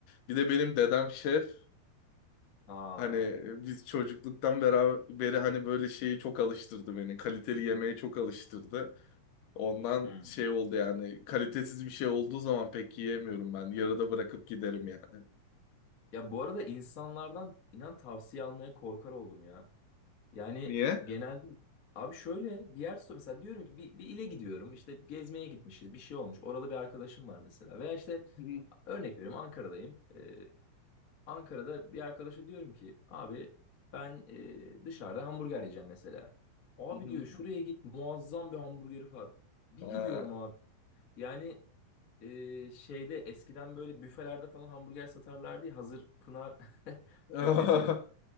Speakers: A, on the left; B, on the left.
A: Bir de benim dedem şef
B: Aa.
A: hani biz çocukluktan beraber beri hani böyle şeyi çok alıştırdı beni. Kaliteli yemeğe çok alıştırdı. Ondan
B: hmm.
A: şey oldu yani kalitesiz bir şey olduğu zaman pek yiyemiyorum ben. Yarıda bırakıp giderim yani.
B: Ya bu arada insanlardan inan tavsiye almaya korkar oldum ya. Yani
A: Niye?
B: genelde abi şöyle bir yer sor mesela diyorum ki bir, bir ile gidiyorum işte gezmeye gitmişiz bir şey olmuş oralı bir arkadaşım var mesela veya işte
A: Hı hı,
B: örnek veriyorum Ankara'dayım. Ee, Ankara'da bir arkadaşa diyorum ki abi ben e, dışarıda hamburger yiyeceğim mesela. Abi
A: hı hı.
B: diyor şuraya git muazzam bir hamburgeri var. Bir
A: Ha.
B: gidiyorum abi. Yani e, şeyde eskiden böyle büfelerde falan hamburger satarlardı ya hazır Pınar <laughs>
A: <laughs>
B: köftesiyle.